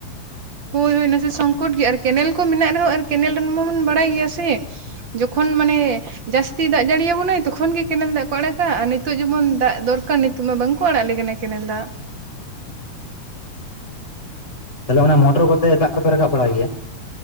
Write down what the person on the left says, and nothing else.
ᱛᱟᱦᱞᱮ ᱚᱱᱟ ᱢᱚᱴᱚᱨ ᱠᱚᱛᱮ ᱫᱟᱜ ᱠᱚᱯᱮ ᱨᱟᱠᱟᱵ ᱵᱟᱲᱟᱭ ᱜᱮᱭᱟ